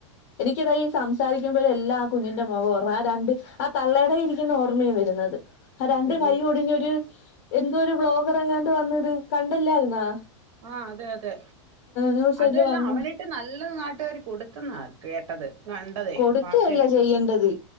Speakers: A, on the left; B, on the right.
A: എനിക്കിതാ ഈ സംസാരിക്കുമ്പോഴല്ലാം ആ കുഞ്ഞിന്റെ മുഖം ഓർമ്മ ആ രണ്ട് ആ തള്ളയിടയിരിക്കുന്നതാ ഓർമ്മയി വരുന്നത്. ഹാ രണ്ട്
B: ഉം
A: കൈ ഒടിഞ്ഞരു എന്തോ ഒരു ബ്ലോഗർ അങ്ങാണ്ട് വന്നത് കണ്ടല്ലായിരുന്നോ?
B: ആ അതെ അതെ
A: ന്യൂസെല്
B: അതെല്ലാം
A: വന്നു
B: അവനിട്ട് ന ല്ല നാട്ടുകാർ കൊടുത്തന്ന കേട്ടത്. കണ്ടതേ
A: കൊടുക്കയല്ല
B: വാർത്തയിലൊക്കെ
A: ചെയ്യേണ്ടത്